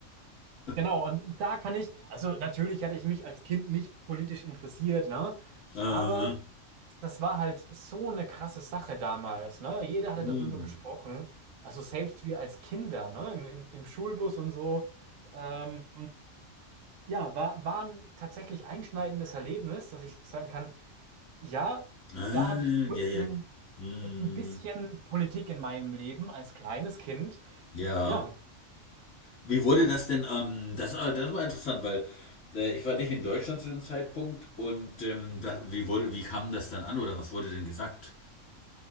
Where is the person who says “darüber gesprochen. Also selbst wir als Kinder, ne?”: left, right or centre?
Right